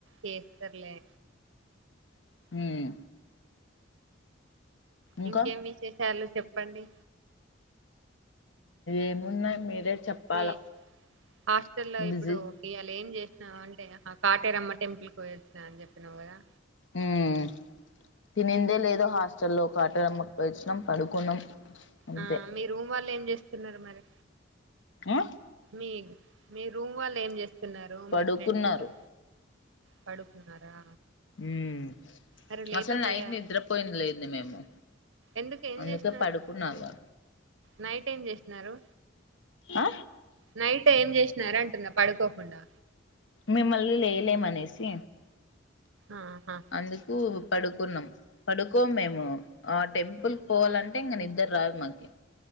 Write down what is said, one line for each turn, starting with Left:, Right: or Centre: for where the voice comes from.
Right: చేస్తరులే
Left: మ్మ్ ఇంకా
Right: ఇంకేం విశేషాలు చెప్పండి
Left: ఏమున్నా మీరే చెప్పాల
Right: మీ హాస్టల్ లా
Left: బిజీ
Right: ఇప్పుడు ఇయాల ఏం చేసినా అంటే ఇంగ ఆ కాటేరమ్మ టెంపుల్కి పోయొచ్చినా అని చెప్పినావు కదా
Left: హూమ్ తినిందే లేదు హాస్టల్లో కాటేరమ్మకు పోయిచ్చినాం పడుకున్నాం అంతే
Right: ఆ మీ రూమ్ వాళ్ళు ఏం చేస్తున్నారు మరి
Left: ఆ
Right: మి మీ రూమ్ వాళ్ళు ఏం చేస్ స్తున్నారు
Left: పడుకున్నారు
Right: మీ ఫ్రెండ్స్ రూ పడుకున్నారా
Left: హ్మ్
Right: అరే లేపపోయా
Left: అసలు నైట్ నిద్రపోయింది లేదు మేము
Right: ఎందుకు ఏం
Left: అందుకే
Right: చేసినారు
Left: పడుకున్నాగా
Right: నైట్ ఏం చేస్తున్నారు
Left: ఆ
Right: నైట్ ఏం చేస్ న్నర అంటున్నా పడుకోకుండా
Left: మిమ్మల్ని లేలేమనేసి
Right: ఆహా
Left: అందుకు పడుకున్నాం పడుకోం మేము ఆ టెంపుల్ పోవాలంటే ఇంక నిద్దర రాదు మాకి